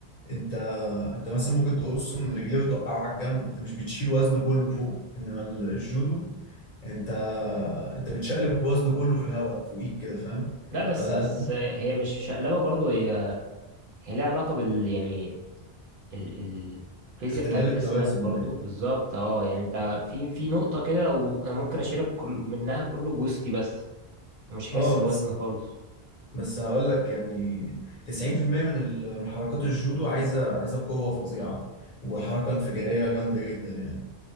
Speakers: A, on the left; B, on the right.
A: انت انت مثلا ممكن تقصه من رجليه وتوقعه على الجنب انت مش بتشيل وزنه كله فوق انما الجودو انت انت بتشقلب وزنه كله في الهواء فوقيك كده فاهم
B: لا بس
A: فلا
B: بس
A: لذيذ.
B: آه، هي مش شقلبه برضو هي هي لها علاقه بال يعني ال- الفيزياء
A: اختلال
B: بتاعت جسمك
A: التوازن
B: برضو
A: يعني
B: بالظبط اه يعني انت في في نقطة كده لو انا ممكن اشيلك كل منها كله بوستي بس مش هحس
A: اه
B: بوزن
A: بس
B: خالص
A: بس هقول لك يعني 90% من ال... من حركات الجودو عايزه عايزه قوه فظيعه وحركه انفجاريه جامده جدا يعني